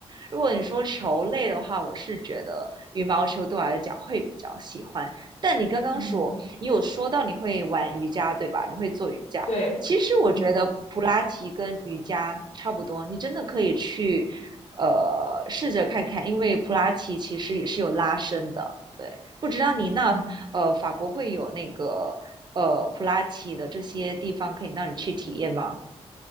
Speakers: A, on the right; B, on the left.
A: 如果你说球类的话，我是觉得羽毛球对我来讲会比较喜欢。但你刚刚说你有说到你会玩瑜伽，
B: 嗯，嗯
A: 对吧？你会做瑜伽。
B: 对，
A: 其实我觉得普拉提跟瑜伽差不多，
B: 嗯
A: 你真的可以去呃试着看看，因为普拉提其实也是有拉伸的，对。不知道你那呃法国会有那个呃普拉提的这些地方可以让你去体验吗？
B: 嗯。